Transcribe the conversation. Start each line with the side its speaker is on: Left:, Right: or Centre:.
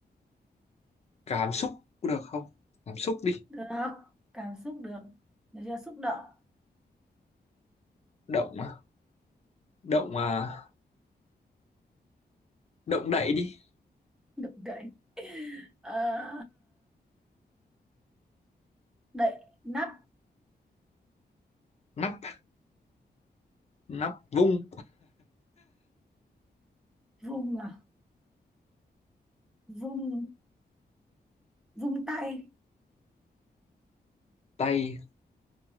Left: cảm xúc cũng được không cảm xúc đi
Centre: được cảm xúc được được chưa xúc động
Left: động à, động à, động đậy đi
Centre: được đậy <laughs> Ờ, đậy nắp
Left: nắp nắp vung
Centre: vung à vung vung tay
Left: tay